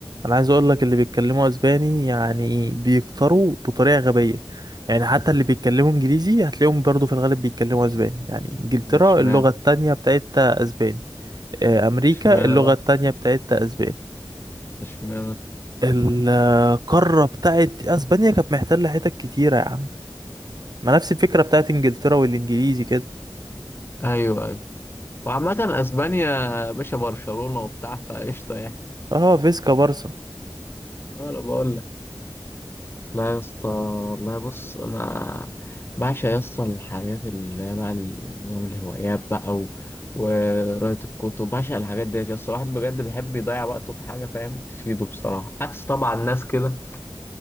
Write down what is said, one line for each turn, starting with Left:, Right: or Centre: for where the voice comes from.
Right: انا عايز اقول لك اللي بيتكلموا اسباني يعني بيكتروا بطريقه غبيه يعني حتى اللي بيتكلموا انجليزي هتلاقيهم برضو في الغالب بيتكلموا اسباني يعني انجلترا
Left: ده اشمعنى
Right: اللغه التانية بتاعتها اسباني آه، امريكا
Left: اشمعنى
Right: اللغه
Left: بقى
Right: التانية بتاعتها اسباني
Left: اشمعنى
Right: القاره بتاعت اسبانيا كانت محتله حتت كتيره يا عم ما نفس الفكره بتاعت انجلترا والانجليزي كده
Left: ايوه ايوه وعامة اسبانيا يا باشا برشلونة وبتاع فقشطة يعني
Right: اه فيسكا بارسا
Left: اه انا بقول لا يا اسطى والله بص انا بعشق يا اسطى الحاجات اللي هي بقى نظام الهوايات بقى و... وقراية الكتب بعشق الحاجات ديت يا اسطى الواحد بجد بيحب يضيع وقته في حاجة فاهم تفيده بصراحة عكس طبعا ناس كده